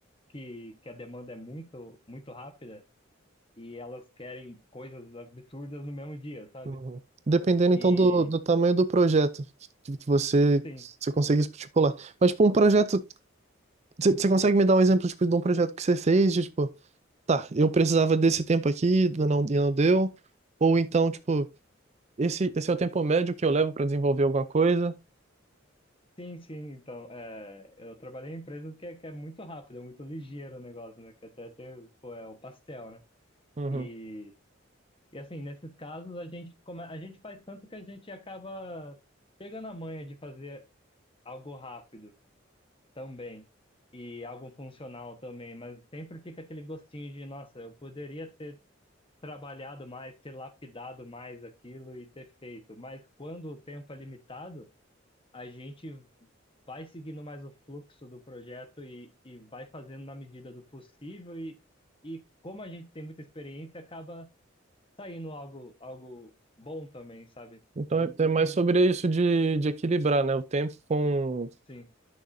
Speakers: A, on the left; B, on the right.
A: que, que a demanda é muito, muito rápida e elas querem coisas absurdas no mesmo dia, sabe?
B: uhum. Dependendo,
A: E
B: então, do, do tamanho do projeto que, que você,
A: sim,
B: você consegue estipular. Mas, tipo, um projeto, você você consegue me dar um exemplo, tipo, de um projeto que você fez, de, tipo, tá, eu precisava desse tempo aqui, não, e não deu. Ou então, tipo, esse, esse é o tempo médio que eu levo para desenvolver alguma coisa.
A: sim, sim. Então, é, eu trabalhei em empresas que, é- que é muito rápido, é muito ligeiro o negócio, né? Que até tem, pô, é o pastel, né?
B: Uhum.
A: E E assim, nesses casos, a gente, come... a gente faz tanto que a gente acaba pegando a manha de fazer algo rápido também, e algo funcional também, mas sempre fica aquele gostinho de, nossa, eu poderia ter trabalhado mais, ter lapidado mais aquilo e ter feito, mas quando o tempo é limitado, a gente vai seguindo mais o fluxo do projeto e, e vai fazendo na medida do possível, e, e como a gente tem muita experiência, acaba saindo algo, algo bom também, sabe?
B: Então é, é mais sobre isso de, de equilibrar, né? O tempo com
A: Sim,